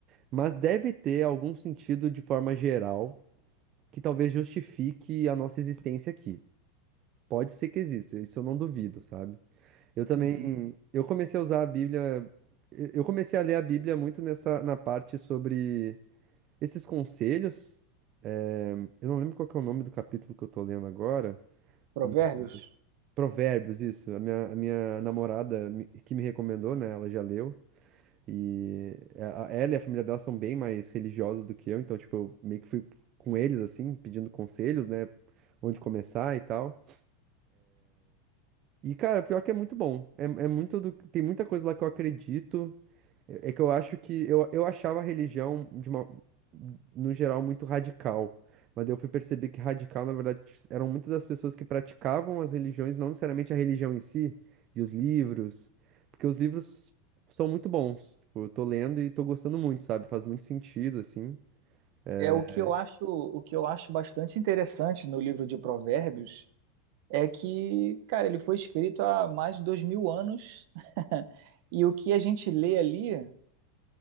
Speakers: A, on the right (about 35°); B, on the right (about 55°).
A: Mas deve ter algum sentido de forma geral que talvez justifique a nossa existência aqui. Pode ser que exista, isso eu não duvido, sabe? Eu também,
B: Uhum.
A: eu comecei a usar a Bíblia, eu eu comecei a ler a Bíblia muito nessa na parte sobre esses conselhos, eh, eu não lembro qual que é o nome do capítulo que eu tô lendo agora,
B: Provérbios.
A: mas Provérbios, isso. A minha, a minha namorada me- que me recomendou, né? Ela já leu. E a- a- ela e a família dela são bem mais religiosos do que eu, então, tipo, eu meio que fui com eles, assim, pedindo conselhos, né? Onde começar e tal. E, cara, pior que é muito bom. É, é muito do, tem muita coisa lá que eu acredito. É é que eu acho que eu, eu achava a religião de uma, no geral muito radical, mas daí eu fui perceber que radical, na verdade, eram muitas das pessoas que praticavam as religiões, não necessariamente a religião em si, e os livros, porque os livros são muito bons. Tipo, eu tô lendo e tô gostando muito, sabe? Faz muito sentido, assim. É,
B: É o que eu acho, o que eu acho bastante interessante no livro de Provérbios é que, cara, ele foi escrito há mais de dois mil anos <laughs> e o que a gente lê ali